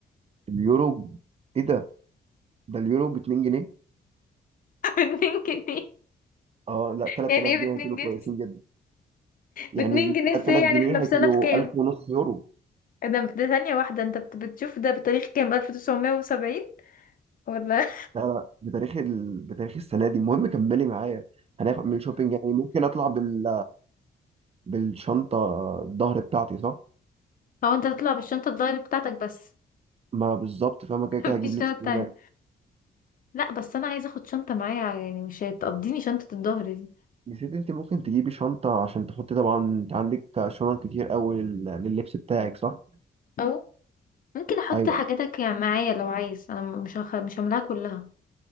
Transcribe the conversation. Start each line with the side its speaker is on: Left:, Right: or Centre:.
Right: اليورو ايه ده ده اليورو ب 2 جنيه
Left: <laughs> باتنين جنيه
Right: اه لا 3000
Left: يعني ايه
Right: جنيه
Left: باتنين
Right: هيكونوا
Left: جنيه
Right: كويسين جدا يعني
Left: باتنين جنيه
Right: 3000
Left: ازاي يعني
Right: جنيه
Left: احنا في
Right: هيكونوا
Left: سنة كام
Right: 1000 ونص يورو
Left: ده ده ثانية واحدة انت بت- بتشوف ده بتاريخ كام 1970 ولا
Right: لا لا بتاريخ ال... بتاريخ السنه دي المهم كملي معايا هناخد من شوبينج يعني ممكن اطلع بال... بالشنطه الظهر بتاعتي صح
Left: <laughs> هو انت هتطلع بالشنطة الدايري بتاعتك بس
Right: ما بالظبط فاهمه كده
Left: <laughs>
Right: كده
Left: مفيش
Right: هجيب لبس
Left: شنطة
Right: من
Left: تانية
Right: هناك
Left: لا بس انا عايزة اخد شنطة معايا يعني مش هتقضيني شنطة الظهر دي
Right: نسيت انت ممكن تجيبي شنطه عشان تحطي طبعا انت عندك شنط كتير قوي لل- لللبس بتاعك صح
Left: او ممكن احط
Right: ايوه
Left: حاجاتك يعني معايا لو عايز انا مش هخ... مش هملاها كلها